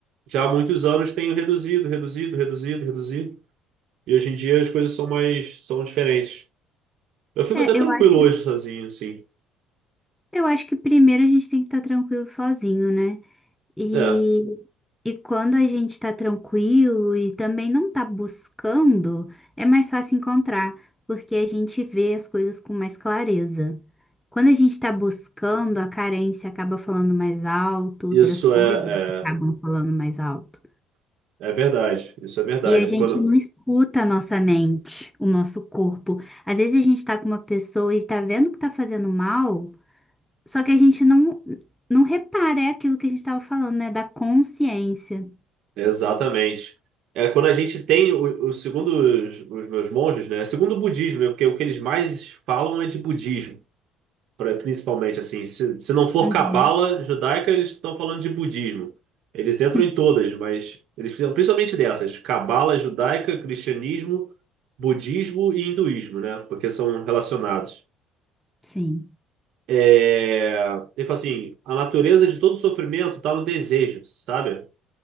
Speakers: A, on the right; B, in the centre.
A: já há muitos anos tenho reduzido, reduzido, reduzido, reduzido. E hoje em dia as coisas são mais, são diferentes. Eu fico
B: É,
A: até
B: É,
A: tranquilo
B: eu acho,
A: hoje sozinho, assim.
B: eu acho que primeiro a gente tem que estar tranquilo sozinho, né? E,
A: É,
B: e quando a gente está tranquilo e também não tá buscando, é mais fácil encontrar, porque a gente vê as coisas com mais clareza. Quando a gente está buscando, a carência acaba falando mais alto,
A: isso
B: outras coisas
A: é,
B: acabam falando mais alto.
A: é, é verdade. Isso é verdade.
B: E a gente
A: Quando,
B: não escuta a nossa mente, o nosso corpo. Às vezes a gente tá com uma pessoa e tá vendo que tá fazendo mal. Só que a gente não, não repara, é aquilo que a gente estava falando, né? Da consciência.
A: exatamente. É quando a gente tem o, o segundo os, os meus monges, né? Segundo o budismo, né? porque o que eles mais falam é de budismo. pra- principalmente assim, se, se não for
B: Uhum.
A: cabala judaica, eles estão falando de budismo. Eles entram
B: <laughs>
A: em todas, mas eles fizeram principalmente dessas, cabala judaica, cristianismo, budismo e hinduísmo, né? Porque são relacionados.
B: Sim,
A: É, Ele fala assim, a natureza de todo sofrimento está no desejo, sabe?